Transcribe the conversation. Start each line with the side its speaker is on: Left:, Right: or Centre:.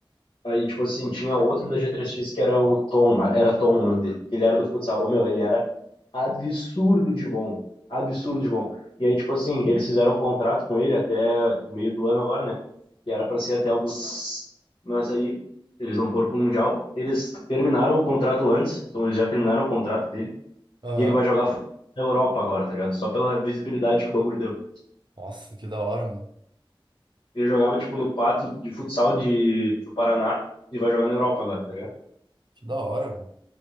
Left: Aí, tipo assim, tinha outro da G3X que era o Tom, era Tom o nome dele. Ele era do futsal. Ô, meu, ele era absurdo de bom. Absurdo de bom. E aí, tipo assim, eles fizeram o contrato com ele até meio do ano agora, né? Que era pra ser até o Mundial. Mas aí, eles não foram pro Mundial. Eles terminaram o contrato antes, então eles já terminaram o contrato dele.
Right: Aham.
Left: E ele vai jogar futsal na Europa agora, tá ligado? Só pela visibilidade que o bagulho deu.
Right: Nossa, que da hora, mano.
Left: Ele jogava, tipo, no Pato de futsal de, do Paraná e vai jogar na Europa agora, tá ligado?
Right: Que da hora, mano.